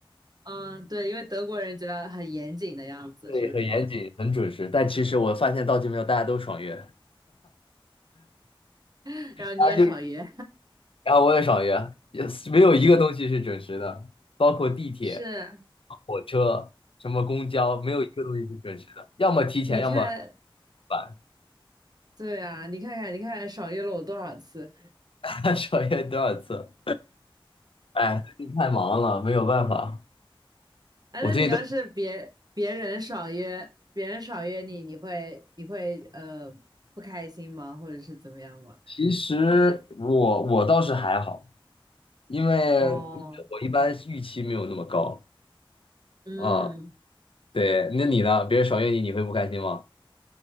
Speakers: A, on the right (about 45°); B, on the left (about 70°).
A: 嗯，对，因为德国人觉得很严谨的样子，
B: 对，
A: 是不是？
B: 很严谨，很准时。但其实我发现到这边，大家都爽约，
A: <laughs> 然后你也爽约，
B: 大家就，然后我也爽约，也是没有一个东西是准时的，包括地铁、
A: <laughs> 是，
B: 火车、什么公交，没有一个东西是准时的，要么提前，
A: 你看，
B: 要么晚。
A: 对啊，你看看，你看看，爽约了我多少次
B: <laughs> 爽约多少次？哎，最近太忙了，没有办法。
A: 啊？
B: 我最近都，
A: 那你要是别别人爽约，别人爽约你，你会你会呃不开心吗？或者是怎么样吗？
B: 其实我我倒是还好。因为因为我一般预期没有那么高
A: 哦，嗯。
B: 啊。对，那你呢？别人爽约你，你会不开心吗？